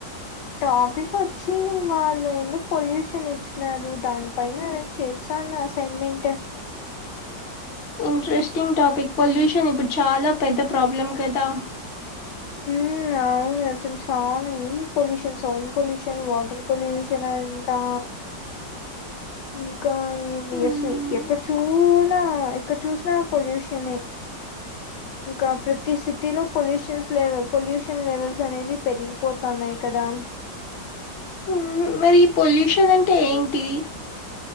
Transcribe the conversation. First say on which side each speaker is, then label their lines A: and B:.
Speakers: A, on the left (about 70°); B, on the left (about 45°).
A: టాపికొచ్చి వాళ్ళు ఏందో పొల్యూషనిచ్చినారు దానిపైన చేసా నా అసైన్మెంటు
B: ఇంట్రెస్టింగ్ టాపిక్ పొల్యూషన్ ఇప్పుడు చాలా పెద్ద ప్రాబ్లం కదా
A: ఊ అ అవునే అసల్ చాలా ఎన్ని pollutions sound pollution water pollution అంటా ఇంకా ఏంది
B: మ్మ్
A: అస్ ఎక్కడ్ చూనా ఎక్కడ చూస్నా పొల్యూషనే ఇంకా ప్రతి సిటీ లో పొల్యూషన్స్లె పొల్యూషన్ లెవెల్స్ అనేది పెరిగిపోతున్నాయ్ కదా
B: మ్మ్ మరి పొల్యూషనంటే ఏంటి